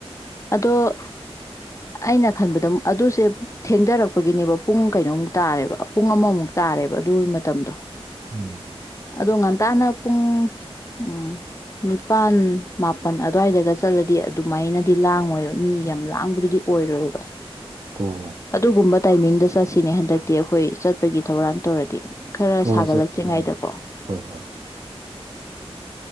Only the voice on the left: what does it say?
ꯑꯗꯣ ꯑ ꯑꯩꯅ ꯈꯟꯕꯗ ꯑꯗꯨꯁꯦ ꯊꯦꯡꯗꯔꯛꯄꯒꯤꯅꯦꯕ ꯄꯨꯡ ꯀꯩꯅꯣꯃꯨꯛ ꯇꯥꯔꯦꯕ ꯄꯨꯡ ꯑꯃꯃꯨꯛ ꯇꯥꯔꯦꯕ ꯑꯗꯨꯒꯤ ꯃꯇꯝꯗꯣ
ꯑꯗꯣ ꯉꯟꯇꯥꯅ ꯄꯨꯡ ꯎꯝ ꯅꯤꯄꯥꯟ ꯃꯥꯄꯜ ꯑꯗꯨꯋꯥꯏꯗꯒ ꯆꯠꯂꯗꯤ ꯑꯗꯨꯃꯥꯏꯅ ꯗꯤ ꯂꯥꯡꯉꯣꯏꯕ ꯃꯤ ꯌꯥꯝ ꯂꯥꯡꯕꯗꯨꯗꯤ ꯑꯣꯏꯔꯣꯏꯕ
ꯑꯗꯨꯒꯨꯝꯕ ꯇꯥꯏꯃꯤꯡꯗ ꯆꯠꯁꯤꯅꯦ ꯍꯟꯗꯛꯇꯤ ꯑꯩꯈꯣꯏ ꯆꯠꯄꯒꯤ ꯊꯧꯔꯥꯡ ꯇꯧꯔꯗꯤ ꯈꯔ
ꯁꯥꯒꯠꯂꯛꯇ꯭ꯔꯤꯉꯩꯗꯀꯣ